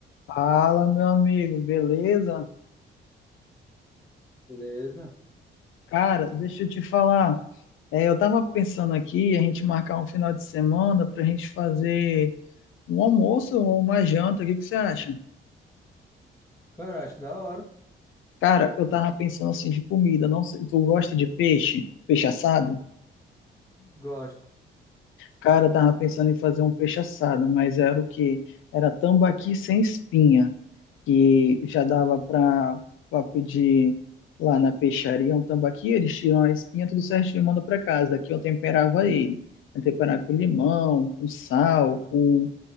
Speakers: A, on the left (about 85°); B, on the left (about 15°).
A: Fala, meu amigo, beleza?
B: Beleza.
A: Cara, deixa eu te falar. É, eu tava pensando aqui a gente marcar um final de semana pra gente fazer um almoço ou uma janta. O que que você acha?
B: Cara, acho da hora.
A: Cara, eu tava pensando assim de comida. Não sei, tu gosta de peixe? Peixe assado?
B: Gosto.
A: Cara, eu tava pensando em fazer um peixe assado, mas era o quê? Era tambaqui sem espinha. que já dava para pedir lá na peixaria um tambaqui, eles tiram a espinha tudo certinho e mandam para casa. Aqui eu temperava
B: Uhum,
A: ele. Eu temperava com limão, com sal,
B: uhum.
A: com,